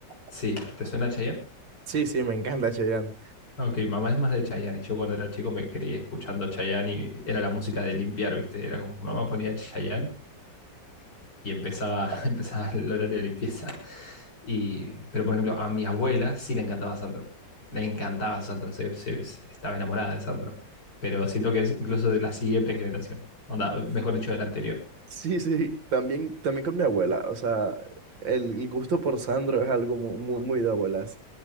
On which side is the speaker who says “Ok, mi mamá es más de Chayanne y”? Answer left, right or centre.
Left